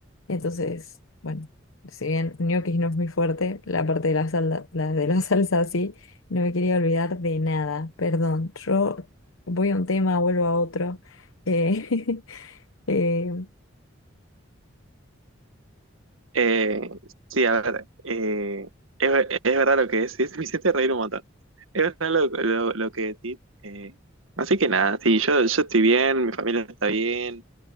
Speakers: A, on the left (about 80°); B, on the right (about 80°).
A: Entonces, bueno, si bien ñoquis no es muy fuerte, la parte de la salda- la de la <laughs> salsa sí. No me quería olvidar de nada, perdón. Yo voy a un tema, vuelvo a otro. Eh, <laughs> eh,
B: Eh, sí, a ver, eh, es, ver- es verdad lo que decís, <laughs> me hiciste reír un montón. Es verdad lo, lo- lo que decís. eh, así que nada, sí, yo, yo estoy bien, mi familia está bien.